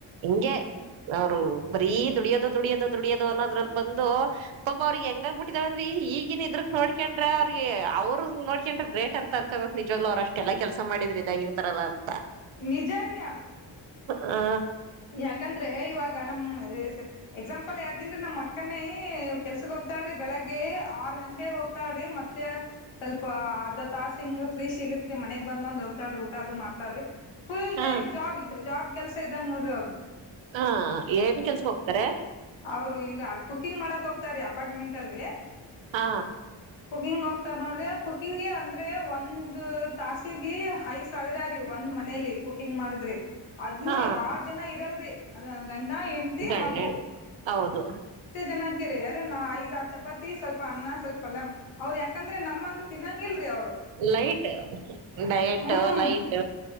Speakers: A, on the right (about 75°); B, on the left (about 80°).
A: ಹಿಂಗೆ ಅವ್ರು ಬರೀ ದುಡಿಯೋದು ದುಡಿಯೋದು ದುಢಿಯದು ಅನ್ನದ್ರಲ್ ಬಂತ್ ಪಾಪ ಅವ್ರಿಗೆ ಹೆಂಗಾಗ್ ಬಿಟ್ಟಿದಾವಂದ್ರೀ ಈಗನ್ ಇದ್ರ ನೋಡ್ಕೊಂಡ್ರ ಅವ್ರಿಗೆ ಅವ್ರರು ನೋಡ್ಕೊಂಡ್ರ ಗ್ರೇಟ್ ಅನ್ಕೋಬೇಕು ನಿಜವ್ ಅವ್ ಅಷ್ಟ ಎಲ್ಲ ಕೆಲಸ ಮಾಡಿದ್ರೆ ಇದಾಗಿರ್ತಾರಲ್ಲ ಅದು
B: ನಿಜಾರಿಯ
A: ಹಾ
B: ಯಾಕಂದ್ರೆ ಇವಾಗ ನಮ್ಮ್ಮ್ <unintelligible> ಎಕ್ಸಾಂಪಲ್ ಹೇಳ್ತೀನಿ ನಮ್ ಅಕ್ಕನೇ ಕೆಲ್ಸಕ್ ಹೋಗ್ತಾಳ್ರಿ ಬೆಳಗ್ಗೆ ಆರ್ ಗಂಟೆಗ ಹೋಗ್ತಾಳ್ರಿ ಮತ್ತೆ ಸ್ವಲ್ಪ ಅರ್ಧ ತಾಸ ಹಿಂಗ ಫ್ರೀ ಸಿಗತ್ರಿ ಮನೆಗ್ ಬಂದ್ ಬಂದ್ ಹೋಗ್ತಾಳ್ರಿ ಊಟ ಅ್ ಮಾಡ್ತಾಳ್ರಿ ಫುಲ್
A: ಹ
B: ಟೈಮ್ ಜಾಬ್ ಇದ್ದ ಜಾಬ್ ಕೆಲಸ ಇದ್ದಂಗ ನೋಡ್ರಿ ಅವ್ ಹ
A: ಹಾ ಏನ್ ಕೆಲ್ಸಕ್ ಹೋಗ್ತಾರೆ
B: ಅವರು ಇಲ್ಲಿ ಕುಕಿಂಗ್ ಮಾಡಕ್ ಹೋಗ್ತಾರೀ ಅಪಾರ್ಟ್ಮೆಂಟ್ ಅಲ್ಲಿ
A: ಹಾ
B: ಕುಕಿಂಗ್ ಹೋಗ್ತಾರ ನೋಡ್ರಿ ಕುಕಿಂಗಗೆ ಅಂದ್ರೆ ಒಂದು ತಾಸಿಗೆ ಐದ್ ಸಾವಿರ ರೀ ಒಂದ್ ಮನೇಲಿ ಕುಕಿಂಗ್ ಮಾಡಿದ್ರಿ ಅದ್ನು
A: ಹಾ
B: ಬಾಳ ಜನ ಇರಲ್ರಿ ಅದೇ ಹ ಗಂಡ ಹೆಂಡ್ತಿ
A: ಗಂಡ
B: ಮಗು
A: ಹೆಂಡ್ ಹೌದು
B: ಕ್ ರೀ ಅದೇ ನಾ ಐದ್ ಆರು ಚಪಾತಿ ಸ್ವಲ್ಪ ಅನ್ನ ಸ್ವಲ್ಪ ಪಲ್ಯ ಅವ್ರು ಯಾಕಂದ್ರೆ ನಮ್ಂಗ ತಿನ್ನಂಗಿಲ್ರರಿ ಅವ್ರು
A: ಲೈಟ್ ಡಯಟ್
B: ಹ್ಮ್
A: ಲೈಟ್